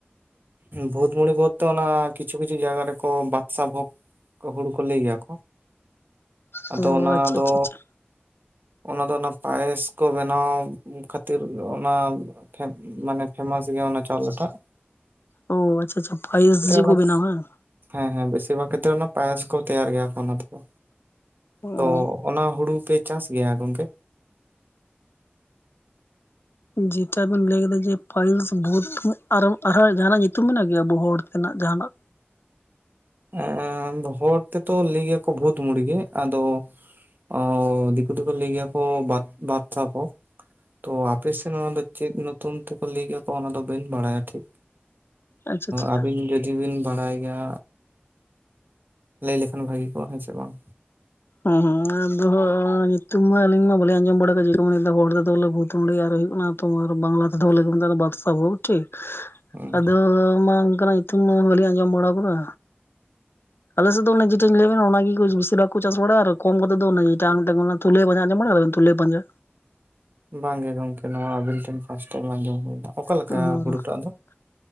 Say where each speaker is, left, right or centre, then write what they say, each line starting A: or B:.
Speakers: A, on the right; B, on the left.
A: ᱵᱷᱩᱛ ᱢᱩᱲᱤ ᱵᱚᱞ ᱛᱮ ᱚᱱᱟ ᱠᱤᱪᱷᱩ ᱠᱤᱪᱷᱩ ᱡᱟᱭᱜᱟ ᱨᱮᱠᱚ ᱵᱟᱫᱥᱟ ᱵᱷᱳᱜᱽ ᱦᱩᱲᱩ ᱠᱚ ᱞᱟᱹᱭ ᱜᱮᱭᱟ ᱠᱚ,
B: ᱠᱷᱟᱡ
A: ᱟᱫᱚ
B: ᱚ
A: ᱚᱱᱟ
B: ᱟᱪᱪᱷᱟ
A: ᱫᱚ
B: ᱟᱪᱪᱷᱟ ᱟᱪᱪᱷᱟ
A: ᱚᱱᱟ ᱫᱚ ᱚᱱᱟ ᱯᱟᱭᱮᱥ ᱠᱚ ᱵᱮᱱᱟᱣ ᱠᱷᱟᱹᱛᱤᱨ ᱚᱱᱟ ᱯᱷᱮᱢ ᱢᱟᱱᱮ ᱯᱷᱮᱢᱟᱥ ᱜᱮᱭᱟ ᱚᱱᱟ ᱪᱟᱣᱞᱮ ᱴᱟᱜ ᱾
B: ᱚ ᱟᱪᱪᱷᱟ ᱟᱪᱪᱷᱟ ᱯᱟᱭᱤᱥ ᱡᱮ
A: ᱚᱱᱟ
B: ᱠᱚ ᱵᱮᱱᱟᱣᱟ ᱦᱟᱝ?
A: ᱦᱮᱸ ᱦᱮᱸ ᱵᱮᱥᱤᱨ ᱵᱷᱟᱜᱽ ᱠᱷᱮᱛᱨᱮ ᱚᱱᱟ ᱯᱟᱭᱮᱥ ᱠᱚ ᱛᱮᱭᱟᱨ ᱜᱮᱭᱟ ᱚᱱᱟ ᱠᱚᱫᱚ,
B: ᱚ
A: ᱛᱚ ᱚᱱᱟ ᱦᱩᱲᱩ ᱯᱮ ᱪᱟᱥ ᱜᱮᱭᱟ ᱜᱚᱝᱠᱮ?
B: ᱡᱮᱴᱟ ᱵᱮᱱ ᱞᱟᱹᱭ ᱠᱮᱫᱟ ᱡᱮ ᱯᱟᱭᱤᱥ ᱵᱷᱩᱛ ᱟᱨ ᱟᱨᱦᱚᱸ ᱡᱟᱦᱟᱱᱟᱜ ᱧᱩᱛᱩᱢ ᱢᱮᱱᱟᱜ ᱠᱤ ᱟᱵᱚ ᱦᱚᱲ ᱛᱮᱱᱟᱜ ᱡᱟᱦᱟᱱᱟᱜ᱾
A: ᱮ ᱦᱚᱲ ᱛᱮᱛᱚ ᱞᱟᱹᱭ ᱜᱮᱭᱟᱠᱚ ᱵᱷᱩᱛ ᱢᱩᱲᱤ ᱜᱮ, ᱟᱫᱚ ᱚ ᱫᱤᱠᱩ ᱛᱮᱠᱚ ᱞᱟᱹᱭ ᱜᱮᱭᱟ ᱠᱚ ᱵᱟᱫ ᱪᱟᱠᱚ᱾ ᱛᱚ ᱟᱯᱮᱥᱮᱱ ᱚᱱᱟ ᱫᱚ ᱪᱮᱫ ᱧᱩᱛᱩᱢ ᱛᱮᱠᱚ ᱞᱟᱹᱭ ᱜᱮᱭᱟ ᱠᱚ ᱚᱱᱟ ᱫᱚ ᱵᱟᱹᱧ ᱵᱟᱲᱟᱭᱟ ᱴᱷᱤᱠ᱾
B: ᱟᱪᱪᱷᱟ ᱟᱪᱪᱷᱟ
A: ᱟᱹᱵᱤᱱ ᱡᱩᱫᱤ ᱵᱤᱱ ᱵᱟᱲᱟᱭ ᱜᱮᱭᱟ ᱞᱟᱹᱭ ᱞᱮᱠᱷᱟᱱ ᱵᱷᱟᱹᱜᱤ ᱠᱚᱜ-ᱟ ᱦᱮᱸ ᱥᱮ ᱵᱟᱝ?
B: ᱦᱮᱸ ᱦᱮᱸ ᱟᱫᱚ ᱧᱩᱛᱩᱢ ᱢᱟ ᱟᱹᱞᱤᱧ ᱢᱟ ᱵᱟᱹᱞᱤᱧ ᱟᱸᱡᱚᱢ ᱵᱟᱲᱟ ᱟᱠᱟᱫᱟ ᱪᱮᱫ ᱠᱚ ᱦᱚᱲ ᱫᱚᱠᱚ ᱵᱚᱞᱮ ᱵᱷᱩᱛ ᱢᱩᱲᱤ, ᱟᱨ ᱦᱩᱭᱩᱜ ᱠᱟᱱᱟ ᱛᱚ ᱵᱟᱝᱞᱟ ᱠᱟᱛᱷᱟ ᱵᱚᱞᱮ ᱵᱟᱫᱥᱟ ᱵᱷᱩᱛ᱾ ᱴᱷᱤᱠ
A: ᱦᱮᱸ
B: ᱟᱫᱚ ᱢᱟ ᱚᱱᱠᱟᱱᱟᱜ ᱧᱩᱛᱩᱢ ᱢᱟ ᱵᱷᱟᱹᱞᱤᱧ ᱟᱸᱡᱚᱢ ᱵᱟᱲᱟ ᱠᱟᱫᱟ᱾ ᱟᱞᱮ ᱥᱮᱫ ᱫᱚ ᱚᱱᱟ ᱡᱮᱴᱟᱧ ᱞᱟᱹᱭ ᱵᱮᱱ ᱚᱱᱟᱜᱮ ᱵᱤᱥᱤᱨ ᱵᱷᱟᱜ ᱪᱟᱥ ᱵᱟᱲᱟᱭᱟ ᱟᱨ ᱠᱚᱢ ᱠᱟᱛᱮ ᱫᱚ ᱚᱱᱮ ᱛᱩᱞᱟᱹᱭ ᱯᱟᱸᱡᱟ ᱟᱡᱚᱢ ᱵᱟᱲᱟ ᱟᱠᱟᱫᱟ ᱛᱩᱞᱟᱹᱭ ᱯᱟᱸᱡᱟ᱾
A: ᱵᱟᱝᱜᱮ ᱜᱚᱝᱠᱮ ᱱᱚᱣᱟ ᱟᱵᱤᱱ ᱴᱷᱮᱱ ᱯᱷᱟᱥᱴ ᱴᱟᱭᱤᱢ ᱟᱸᱡᱚᱢ ᱦᱩᱭᱱᱟ᱾ ᱚᱠᱟ ᱞᱮᱠᱟ
B: <unintelligible>
A: ᱦᱩᱲᱩᱴᱟᱜ ᱫᱚ